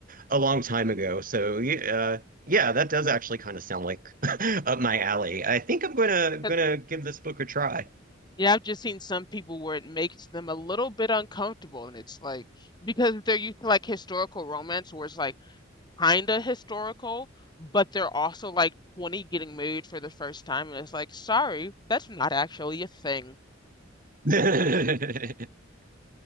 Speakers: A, on the right; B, on the left.
A: a long time ago. So yeah, uh, yeah, that does actually kind of sound like <laughs> up my alley. I think I'm gonna gonna
B: 'Cause-
A: give this book a try.
B: Yeah, I've just seen some people where it makes them a little bit uncomfortable, and it's like because they're used to like historical romance where it's like kinda historical, but they're also like 20 getting married for the first time, and it's like, sorry, that's not actually a thing.
A: <laughs>